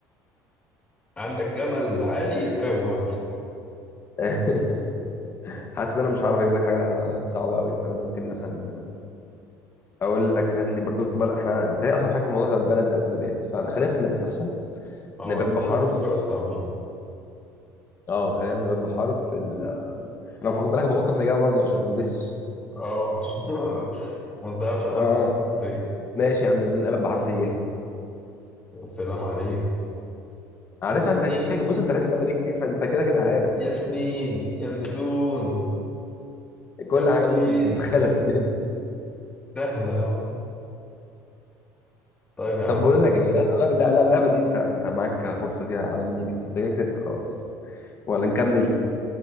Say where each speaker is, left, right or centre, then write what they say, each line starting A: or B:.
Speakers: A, on the left; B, on the left.
A: عندك جمل عالي يركبه برضه
B: <laughs> حاسس ان انا مش هعرف اجيب لك حاجه صعبه قوي فانا ممكن مثلا اقول لك هات لي برضو بل... احنا بتهيألي اصعب حاجه في الموضوع ده البلد او النبات فخلينا في النبات احسن
A: اه
B: نبات بحرف
A: دلوقتي البلد صعبين
B: اه خلينا في النبات بحرف ال... انا خد بالك بفكر في الاجابه برضو عشان ما البسش
A: اه عشان <laughs> ما تضيعش على
B: اه
A: نفسك طيب،
B: ماشي يا عم النبات بحرف ايه
A: السلام عليك
B: عارفها
A: اسمي
B: انت كده- بص انت لقيت اللعبه دي كتير فانت كده كده عارف
A: ياسمين ينسون
B: كل
A: يقين
B: حاجه ممكن تتخيلها في الدنيا
A: سهلة أهو. طيب يا عم
B: طب بقول لك ايه لا غير لا لا اللعبه دي انت انت معاك فرصه فيها اعلى مني بكتير انت كده كسبت خلاص ولا نكمل